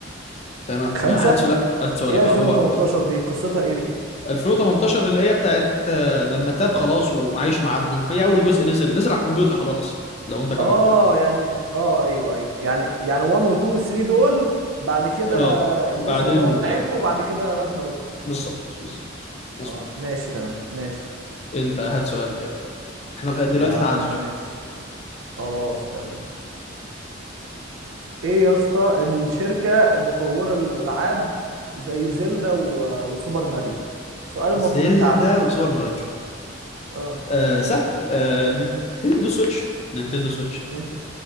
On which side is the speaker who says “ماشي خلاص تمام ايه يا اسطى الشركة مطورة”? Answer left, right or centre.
Right